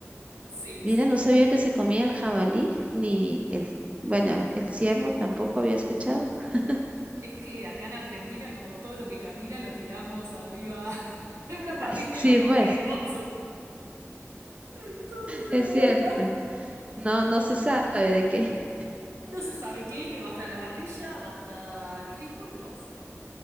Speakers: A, on the right (about 85°); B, on the right (about 25°).
A: Sí,
B: Mira,
A: sí.
B: no sabía que se comía el jabalí, ni el, bueno, el ciervo tampoco había escuchado. <laughs>
A: Es que acá en Argentina, como todo lo que camina, lo tiramos arriba <laughs> de una parrilla
B: Ah, Sí,
A: y lo comemos.
B: pues,
A: Entonces,
B: es
A: bueno,
B: cierto. No, no se sabe de qué.
A: no se sabe qué, pero va a estar en la parrilla, va a estar rico y lo vamos a comer.